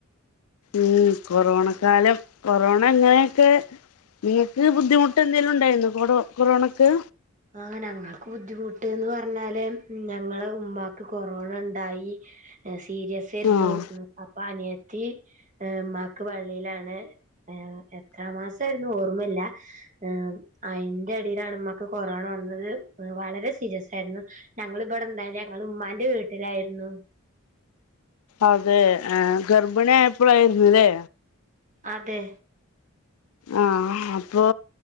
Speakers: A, on the left; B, on the right.
A: ഉം കൊറോണ കാലം കൊറോണ ഇങ്ങനെയൊക്കെ നിങ്ങക്ക് ബുദ്ധിമുട്ടെന്തേലു ഉണ്ടായിരുന്നോ കൊറോ കൊറോണക്ക്?
B: ആ നങ്ങൾക്ക് ബുദ്ധിമുട്ട്ന്ന് പറഞ്ഞാല് ഞങ്ങളെ ഉമ്മാക്ക് കൊറോണ ഇണ്ടായി. സീരിയസാരരുന്നു
A: ആഹ്
B: ഉം അപ്പാ അനി യത്തി ഏഹ് ഉമ്മാക്ക് പള്ളേലാണ് ഏഹ് എത്ര മാസായിരുന്നു ഓർമ്മില്ല ഏഹ് അയിന്റെടടേലാണ് ഉമ്മാക്ക് കൊ കൊറോണ വന്നത് ഉം വളരെ സീരിയസ് ആരുന്നു ഞങ്ങളിബടിണ്ടായില്ല ഞങ്ങള് ഉമ്മാന്റെ വീട്ടിലാരുന്നു.
A: അതെ ഏ ഗർഭിണി ആയപ്പോഴാരിന്നൂല്ലേ?
B: അതെ.
A: ആഹ് അപ്പൊ